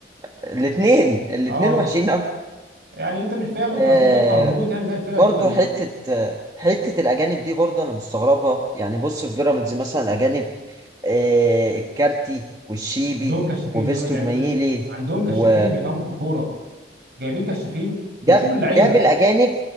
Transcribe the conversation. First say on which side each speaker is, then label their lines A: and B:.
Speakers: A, on the right; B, on the right.
A: الاثنين الاثنين
B: اه
A: وحشين قوي
B: يعني انت مش فاهم انتوا
A: آه
B: عايزين تلعبوا على الهبوط يعني زي الفرقه
A: برضو
B: دي ولا
A: حتة
B: ايه
A: حتة الأجانب دي برضو أنا مستغربها يعني بص في بيراميدز مثلا الأجانب آه الكارتي والشيبي
B: عندهم كشافين
A: وفيستون
B: دول بيعملوا
A: مايلي
B: ايه عندهم كشافين
A: و...
B: بيفهموا في الكوره جايبين كشافين
A: جاب
B: بيشوف اللعيبه
A: جاب الاجانب